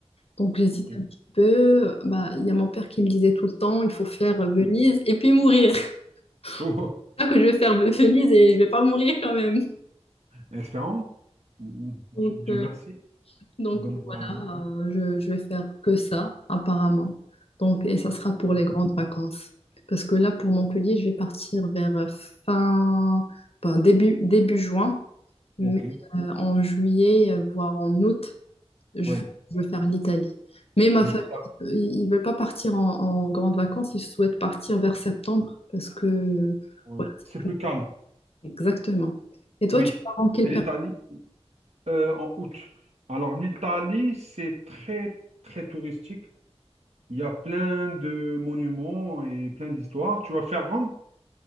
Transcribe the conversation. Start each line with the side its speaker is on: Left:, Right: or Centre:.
Left: Donc, j'hésite
Right: ok.
Left: un petit peu. Bah, il y a mon père qui me disait tout le temps, il faut faire Venise et puis mourir. <laughs>
Right: Oh,
Left: C'est ça que je vais faire Venise et je vais pas mourir quand même.
Right: Espérons. Mm,
Left: Donc,
Right: Dieu
Left: euh,
Right: merci.
Left: Donc
Right: Donc voilà.
Left: voilà,
Right: hein.
Left: euh, je, je vais faire que ça, apparemment. Donc, et ça sera pour
Right: Mhm.
Left: les grandes vacances. Parce que là, pour Montpellier, je vais partir vers euh, fin, ben, début, début juin. Mais
Right: Ok.
Left: euh, en juillet, euh, voire en août, je
Right: Oui.
Left: veux, je veux faire l'Italie. Mais ma
Right: L'Ita-
Left: famille, euh, ils ne veulent pas partir en, en grandes vacances, ils souhaitent partir vers septembre. Parce que,
Right: oui.
Left: voilà,
Right: C'est
Left: c'est plus-
Right: plus calme.
Left: exactement. Et toi,
Right: Oui.
Left: tu pars en quelle
Right: Et l'Italie, euh, en août. Alors l'Italie, c'est très, très touristique. Il y a plein de monuments et plein d'histoires. Tu vas faire Rome?